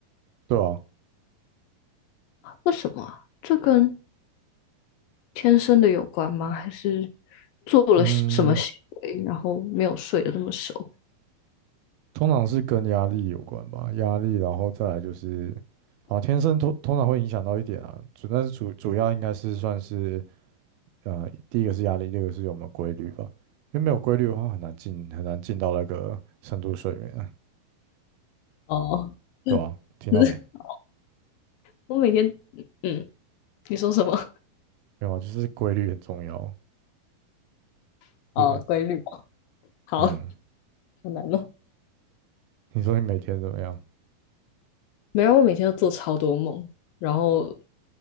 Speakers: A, on the right; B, on the left.
A: 对啊，
B: 为什么啊这跟天生的有关吗？还是做了什么行为，
A: 嗯，
B: 然后没有睡得这么熟？
A: 通常是跟压力有关吧，压力，然后再来就是啊，天生通通常会影响到一点啊，主但是主主要应该是算是呃，第一个是压力，第二个是有没有规律吧，因为没有规律的话很难进很难进到那个深度睡眠啊，
B: 哦
A: 对啊，
B: <laughs>
A: 听到没？
B: 我每天，嗯，你说什么？
A: 没有啊，就是规律很重要，
B: <laughs> 哦，
A: 对，
B: 规律嘛，好，
A: 嗯，
B: 好难弄。
A: 你说你每天怎么样？
B: 没有，我每天都做超多梦，然后